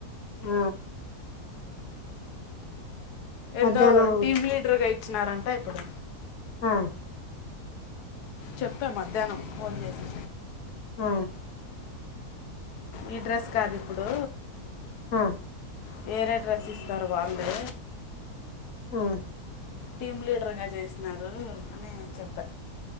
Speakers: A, on the left (about 60°); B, on the left (about 85°).
A: ఆ
B: ఎందో
A: మధ్యాహ్నం
B: టీమ్ లీడర్ కై వచ్చినారంటే ఇప్పుడు
A: ఓ
B: చెప్పా మధ్యాహ్నం ఫోన్ చేసి
A: ఆ
B: ఈ డ్రెస్ కాదు ఇప్పుడు
A: ఆ
B: వేరేడ్రస్ ఇస్తారు గా వల్లే
A: వొన్
B: టీమ్ లీడర్గా చేసినారు అని చెప్పా